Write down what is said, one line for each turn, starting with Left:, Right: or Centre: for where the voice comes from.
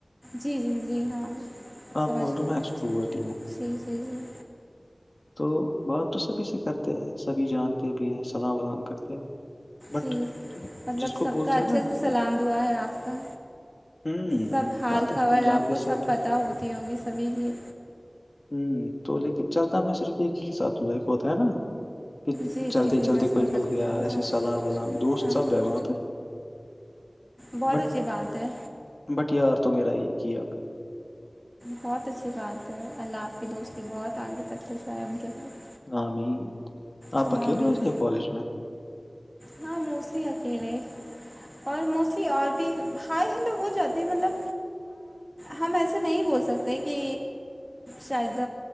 Centre: جی جی جی ہاں
Left: آپ
Centre: سمجھ
Left: تو
Centre: گئے
Left: میں ایکسٹروورٹی ہوں
Centre: جی جی جی
Left: تو بات تو سبھی سے کرتے ہیں سبھی جانتے بھی ہیں سلام ولام کرتے ہیں بٹ
Centre: جی مطلب
Left: جس کو
Centre: سب
Left: بولتے
Centre: کا اچھے
Left: ہیں نا
Centre: سے سلام
Left: کہ
Centre: دعا ہے آپ کا
Left: ہوں
Centre: سب حال
Left: جانتے
Centre: خبر
Left: جانتے
Centre: آپ کو سب پتہ
Left: ہے،
Centre: ہوتی ہوگی سبھی کی
Left: ہوں تو لیکن چلتا میں صرف ایک ہی ساتھ دوں ایک ہوتا ہے نا کہ
Centre: جی
Left: چلتے
Centre: جی جی
Left: چلتے
Centre: میں سمجھ
Left: کوئی
Centre: سکتی
Left: مل گیا
Centre: ہوں
Left: ایسے
Centre: ہاں
Left: سلام ولام دوست
Centre: ہاں
Left: سب
Centre: ہاں
Left: ہے وہاں پہ
Centre: بہت
Left: بٹ
Centre: اچھی بات ہے
Left: بٹ یار تو میرا یہ کیا آب
Centre: بہت اچھی بات ہے اللہ آپ کی دوستی بہت آنگے تک پس آ ہے ان کے ساتھ
Left: ہامد آپ
Centre: ثم
Left: اکیلے
Centre: آمین
Left: ہوجیے کالج میں
Centre: ہاں موسییا کی رہے اور موسٹلی اور بھی ہائے ہلو ہو جاتی مطلب ہم ایسے نہیں بول سکتے کہ شاید